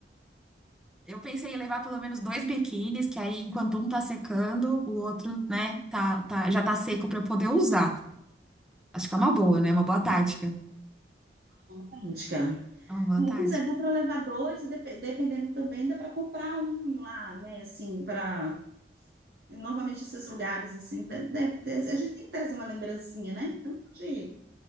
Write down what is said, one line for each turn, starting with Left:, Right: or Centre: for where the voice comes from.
Centre: Eu pensei em levar pelo menos dois biquínis, que aí enquanto um tá secando, o outro, né, tá, tá, já tá seco pra eu poder usar. Acho que é uma boa, né? Uma boa tática.
Right: Idêntica.
Centre: É uma boa
Right: Aí,
Centre: tática.
Right: Pois é, dá para levar dois e depe- dependendo também dá para comprar um lá, né? Assim, para normalmente esses lugares assim, de- deve ter, a gente tem que trazer uma lembrancinha, né? Então pode